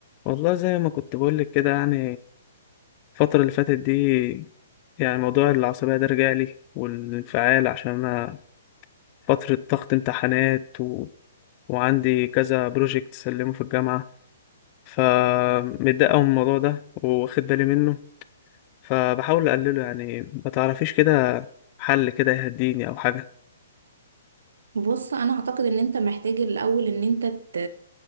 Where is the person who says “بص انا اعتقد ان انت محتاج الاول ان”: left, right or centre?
Right